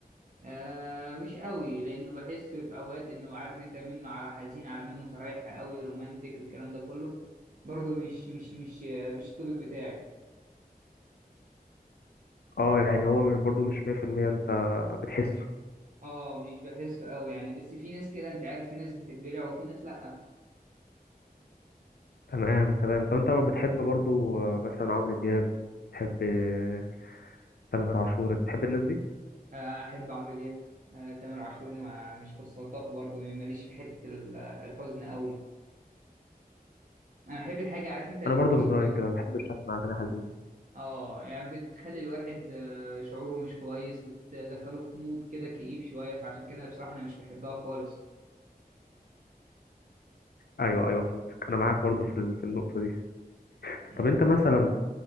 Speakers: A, on the right; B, on the left.
A: آه مش قوي لانه بحس في اوقات انه عارف انت منه على حزين على منه فرايحة قوي رومانتك الكلام ده كله برضه مش مش مش مش التوبيك بتاعي
B: اه يعني هو من- برضو مش 100% انت بتحسه
A: اه مش بحسه قوي يعني بس في ناس كده انت عارف في ناس بتتبلع وفي ناس لا
B: تمام تمام طب انت بتحب برضو آه، مثلا عمرو دياب بتحب آه، تامر عاشور بتحب الناس دي
A: آه، احب عمرو دياب آه تامر عاشور ما مش بستلطفه برضه ماليش في حتة ال- الحزن قوي انا احب الحاجة عارف انت الوسط
B: انا برضو من رايي كده ما بحبش اسمع اغاني حزين
A: اه يعني بتخلي الواحد آه، شعوره مش كويس بتدخله في مود كده كئيب شوية فعشان كده بصراحة أنا مش بحبها خالص
B: ايوه ايوه فهمتك انا معاك برضو في ال- في النقطه دي
A: مم.
B: طب انت مثلا